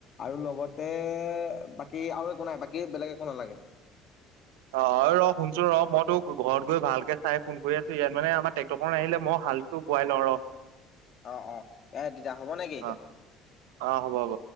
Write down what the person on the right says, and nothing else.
অ হয় ৰ শুনচোন ৰহ মই তোক ঘৰত গৈ ভালকে চাই ফোন কৰি আছো ইয়াত মানে আমাৰ ট্ৰেক্টৰখন আহিলে মই হাল। টো বোৱাই লওঁ ৰহ।
অ অ হ'ব।